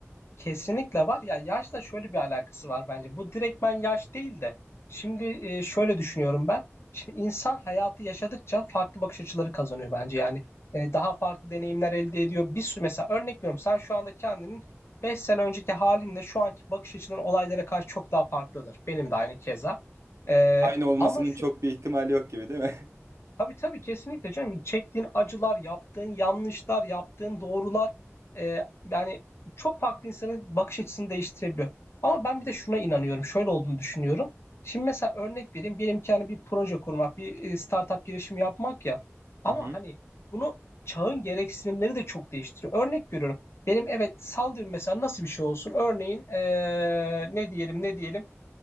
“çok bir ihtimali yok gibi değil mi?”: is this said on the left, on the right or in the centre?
Right